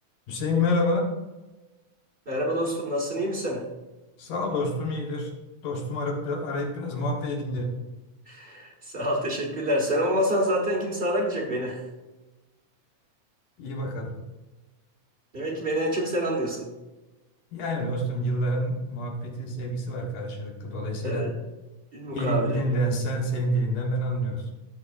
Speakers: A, on the left; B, on the right.
A: Hüseyin merhaba.
B: Merhaba dostum, nasılsın, iyi misin?
A: Sağ ol dostum iyidir. Dostumu arayıp, arayıp biraz muhabbet edeyim dedim.
B: <laughs> Sağ ol, teşekkürler. Sen olmasan zaten kimse aramayacak beni.
A: İyi bakalım.
B: <laughs> Demek ki beni en çok sen anlıyorsun.
A: Yani dostum yılların muhabbeti, sevgisi var karşılıklı. Dolayısıyla
B: Evet, bir mukabele.
A: benim dilimden sen, senin dilinden ben anlıyoruz.